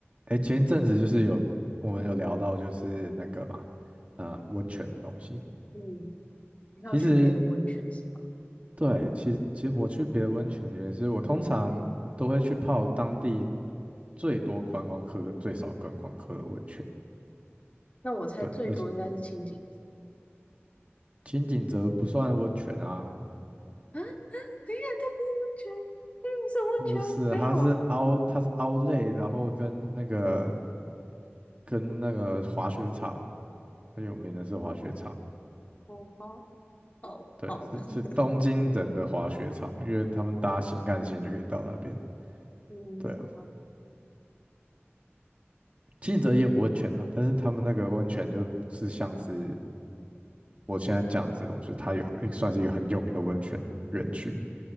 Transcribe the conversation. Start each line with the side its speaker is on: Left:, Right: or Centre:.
Right: 哎，前一阵子就是有我们有聊到就是那个嘛，啊、温泉的东西。
Left: 嗯，你还有去别的温泉是吧？
Right: 其实对，其实其实我去别的温泉的原因是我通常都会去泡当地最多观光客跟最少观光客的温泉。
Left: 那我猜最多应该是清景泽。
Right: 对，而且金景泽不算温泉啊，
Left: 啊啊，等一下，它不是温泉，它不是温泉，
Right: 不是，
Left: 没有。
Right: 它是凹它是凹类，然后跟那个跟那个滑雪场，它有名的是滑雪场。
Left: 哦，好，好，
Right: 对，
Left: 好，
Right: 是是东京人的滑雪场，
Left: <laughs>
Right: 因为他们搭新干线就可以到那边。
Left: 嗯，
Right: 对啊，
Left: 好，
Right: 经营者也有温泉啊，但是他们那个温泉就是像是我现在讲的这种，就是它有一算是一个很有名的温泉园区，